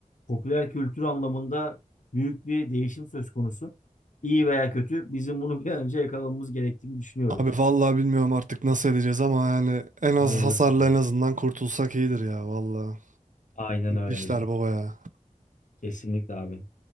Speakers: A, on the left; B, on the right.
A: popüler kültür anlamında büyük bir değişim söz konusu. İyi veya kötü bizim bunu bir an önce yakalamamız gerektiğini düşünüyorum.
B: Abi vallahi bilmiyorum artık nasıl edeceğiz ama yani en az
A: Hayırlısı.
B: hasarla en azından kurtulsak iyidir ya vallahi.
A: Aynen öyle
B: İşler
A: hacım.
B: baba ya.
A: Kesinlikle abi.